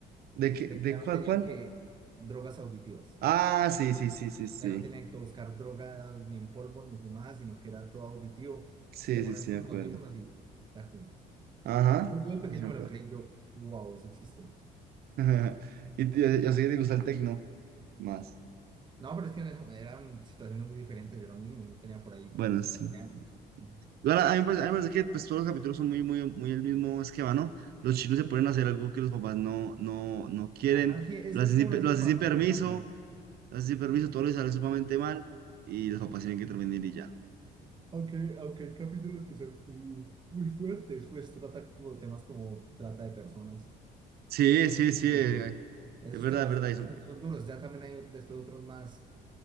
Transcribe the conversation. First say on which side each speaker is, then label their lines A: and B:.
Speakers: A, on the right; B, on the right.
A: ¿De qué,
B: de
A: de
B: que ya no
A: cuál,
B: tenían
A: cuál?
B: que, drogas auditivas,
A: Ah, sí, sí, sí, sí, sí,
B: ya no tenían que buscar drogas ni en polvo ni fumadas, sino que era todo auditivo.
A: sí,
B: Te ponían
A: sí, sí,
B: con
A: de acuerdo.
B: los audífonos y era como...
A: Ajá,
B: Yo, yo de pequeño
A: sí, sí me
B: me
A: acuerdo.
B: lo creí, yo, wow, eso existe.
A: <laughs> Y t- yo, yo sé que te gusta el tecno más.
B: No, pero es que en eso- eran situaciones muy diferentes. Yo era un niño, yo tenía por ahí
A: Bueno, sí.
B: trece años. Ujú.
A: Igual a a mí me parece, a mí me parece que pues, todos los capítulos son muy, muy, muy el mismo esquema, ¿no? Los chicos se ponen a hacer algo que los papás no, no, no quieren,
B: Ajá, sí, es,
A: lo
B: es
A: hacen sin,
B: como
A: pe-
B: una
A: lo
B: serie
A: hacen
B: para
A: sin
B: mantener
A: permiso,
B: la moral.
A: lo hacen sin permiso, todo les sale sumamente mal y los papás tienen que intervenir y ya.
B: Aunque, aunque hay capítulos que son muy, muy fuertes, pues trata como temas como trata de personas,
A: Sí, sí, sí,
B: inclusión.
A: eh,
B: Esos
A: es verdad,
B: temas
A: es verdad.
B: son,
A: y
B: son- duros. Ya también hay después otros más